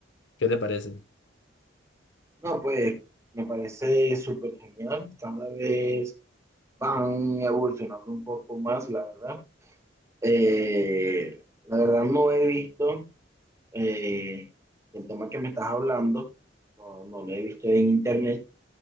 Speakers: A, on the left; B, on the right.
A: ¿Qué te parece?
B: No, pues me parece súper genial. Cada vez van evolucionando un poco más, la verdad. Eh, la verdad no he visto eh, el tema que me estás hablando, no, no lo he visto en internet,